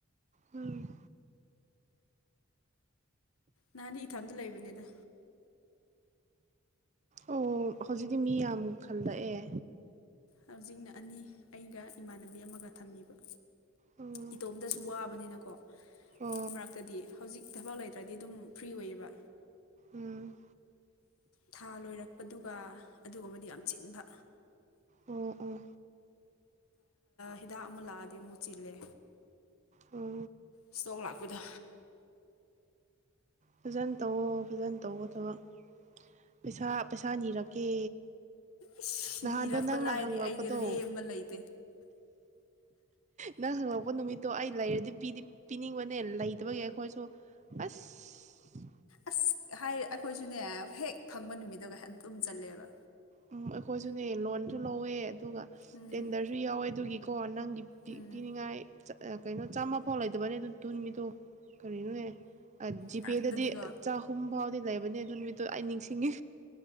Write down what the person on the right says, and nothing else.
ꯎꯝ
ꯑꯣ ꯍꯧꯖꯤꯛꯇꯤ ꯃꯤ ꯌꯥꯝ ꯈꯜꯂꯛꯑꯦ
ꯑꯣ
ꯑꯣ
ꯎꯝ
ꯑꯣ ꯑꯣ
ꯑꯣ
ꯐꯖ ꯇꯧꯋꯣ ꯐꯖꯅ ꯇꯧꯕ ꯊꯕꯛ ꯄꯩꯁꯥ ꯄꯩꯁꯥꯅꯤ ꯔ ꯀ
ꯅꯍꯥꯟꯗꯣ
ꯅꯪꯅ
ꯍꯪꯂꯛꯄꯗꯣ
ꯅꯪ ꯍꯪꯂꯛꯄ ꯅꯨꯃꯤꯠꯇꯣ ꯑꯩ ꯂꯩꯔꯗꯤ ꯄꯤꯗꯤ ꯄꯤꯅꯤꯡꯕꯅꯦ ꯂꯩꯇꯕꯒꯤ ꯑꯩꯈꯣꯏꯁꯨ ꯑꯁ ꯎ
ꯎꯝ ꯑꯩꯈꯣꯏꯁꯨꯅꯦ ꯂꯣꯟꯁꯨ ꯂꯧꯋꯦ ꯑꯗꯨꯒ
ꯇꯦꯟꯗꯔꯁꯨ ꯌꯥꯎꯋꯦ ꯑꯗꯨꯒꯤꯀꯣ ꯅꯪꯒꯤ
ꯄꯤꯅꯤꯡꯉꯥꯏ ꯀꯩꯅꯣ ꯆꯥꯝꯃ ꯐꯣꯂꯥꯏꯗꯕꯅꯤꯅꯦ ꯃꯤ ꯇꯣ ꯀꯔꯤꯅꯣꯅꯦ ꯖꯤꯄꯦꯗꯗꯤ
ꯆꯍꯨꯝ ꯐꯥꯎꯗꯤ ꯂꯩꯕꯅꯦ ꯑꯗꯨ ꯅꯨꯃꯤꯠꯇꯣ ꯑꯩ ꯅꯤꯡꯁꯤꯡꯉꯤ